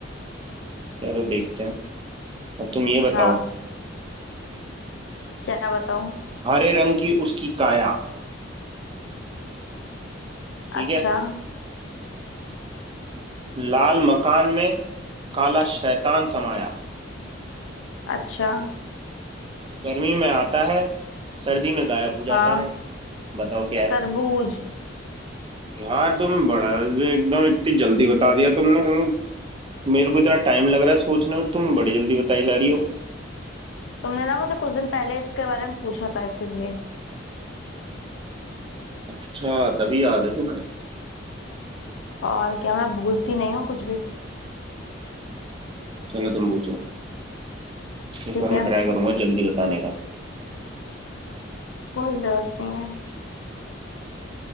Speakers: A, on the right; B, on the left.
A: चलो देखते हैं अब तुम ये बताओ
B: हाँ क्या बताऊं
A: हरे रंग की उसकी काया ठीक
B: अच्छा
A: है लाल मकान में काला शैतान समाया
B: अच्छा
A: गर्मी में आता है सर्दी में गायब हो जाता
B: हाँ
A: है बताओ क्या है
B: तरबूज
A: यार तुम बड़ा एकदम इतनी जल्दी बता दिया तुमने तुम्हें मेरे को इतना टाइम लग रहा है सोचने में तुम बड़ी जल्दी बताई जा रही हो
B: तुमने ना मुझे कुछ दिन पहले इसके बारे में पूछा था इसीलिए
A: अच्छा तभी याद है तुम्हें
B: और क्या मैं भूलती नहीं हूँ कुछ भी
A: चलो तुम पूछो इस
B: ठीक
A: बार मैं
B: है
A: ट्राई करूंगा जल्दी बताने का
B: कोई जरूरत नहीं है